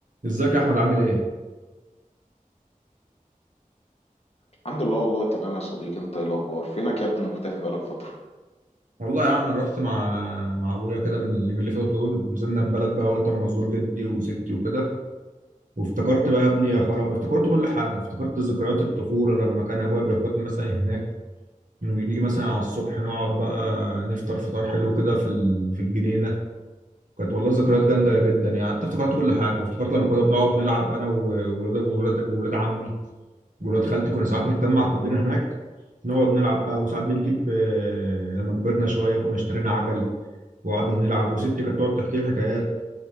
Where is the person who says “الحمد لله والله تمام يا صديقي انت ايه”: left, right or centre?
Left